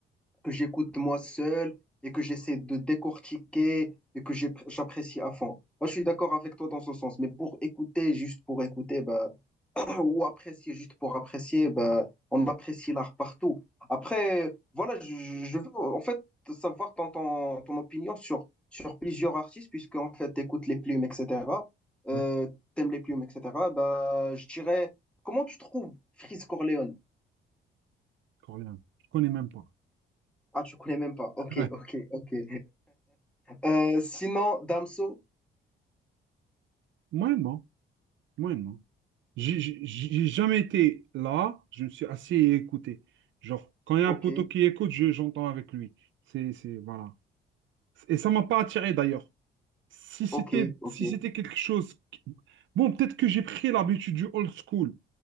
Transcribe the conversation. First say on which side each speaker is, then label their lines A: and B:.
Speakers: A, in the centre; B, on the right (about 70°).
A: que j'écoute moi seul et que j'essaie de décortiquer et que j'ai- j'apprécie à fond. Moi, je suis d'accord avec toi dans ce sens, mais pour écouter, juste pour écouter, bah, ou apprécier juste pour apprécier, ben, on apprécie l'art partout. Après, voilà, je, je je veux en fait savoir ton, ton, ton opinion sur, sur plusieurs artistes, puisque en fait, t'écoutes les plumes, etc. Euh,
B: Oui,
A: t'aimes les plumes, etc. Ben, je dirais, comment tu trouves Freeze Corleone?
B: coréen. Je connais même pas.
A: Ah, tu connais même pas. Ok,
B: Ouais.
A: ok, ok. <laughs> Euh, sinon, Damso,
B: Moyennement, moyennement. J'ai j'ai- j'ai jamais été là, je me suis assis et écouté. Genre, quand il y a
A: ok,
B: un poteau qui écoute, je, j'entends avec lui. C'est, c'est, voilà. Et ça m'a pas attiré d'ailleurs. Si c'était
A: ok, ok.
B: si c'était quelque chose. qui- Bon, peut-être que j'ai pris l'habitude du old school